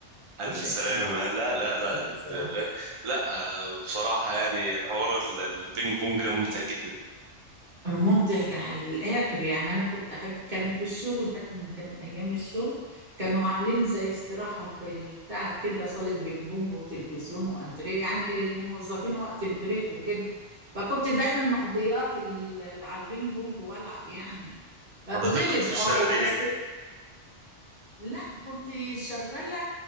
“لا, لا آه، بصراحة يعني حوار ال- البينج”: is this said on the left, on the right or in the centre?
Right